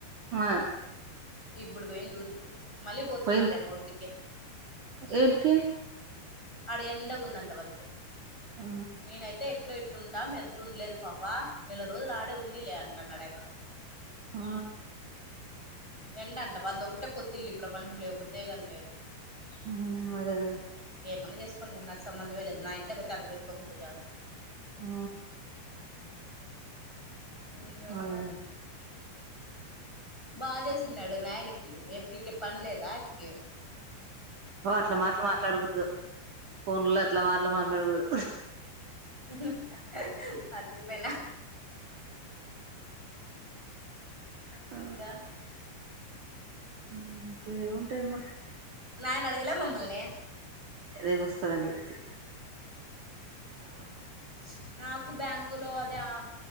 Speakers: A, on the right; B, in the centre.
A: ఆ
B: ఇప్పుడు బోయిందూరికి మళ్ళీ పోతుందంట
A: పోయింద
B: మోపిడికి
A: ఏటికి
B: ఆడ ఎండగుందంట వాళ్ళకి
A: ఆ
B: నేనైతే ఎట్లోత్ తుంటాం మీ అత్త ఉండ లేదు పాప నెల రోజులు ఆడే ఉన్నీలే అంటాన్నాడు ఆయ్యప్పా
A: ఆ
B: ఎండంట వాళ్ళది ఒక్కటే కొత్త ఇల్లు ఈ ప్రపంచంలో ఎవరిదే కాని లేదు
A: ఉ అదే కదా
B: ఏమన్నా చేసుకోనిలే నాకు సంబంధం ఏ లేదు నా ఇంట్లో కొత్తే అడుగు పెట్టుకోకుంటే చాలు
A: ఆ
B: ఇంగక్క
A: అదే
B: బాగా చేసిన్నాడే నాయనకి ఏమి! !!!!!!!!! పనిలేదా అయప్పకి
A: పో అట్లా మాటలు మాట్లాడకూడదు ఫోన్ లో అట్లా మాటలు మాట్లాడకూడదు
B: ఇ మర్చిపోయినా
A: ఆ
B: ఇంగా
A: ఊ ఇంక ఏమి ఉంటాయ్ అమ్మ
B: నాయన అడగాలే మమ్మల్నే
A: రేపు వస్తాడని చెప్తి
B: ఆ నాకు బ్యాంకు లో అదే ఆ